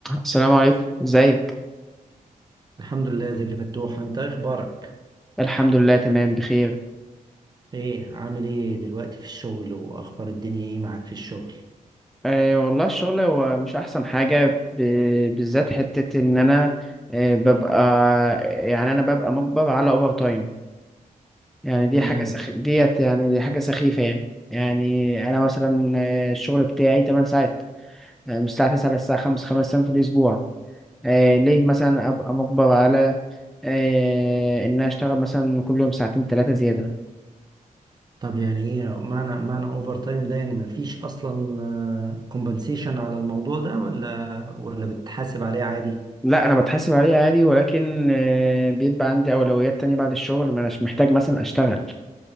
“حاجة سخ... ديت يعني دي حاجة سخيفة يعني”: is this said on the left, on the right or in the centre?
Centre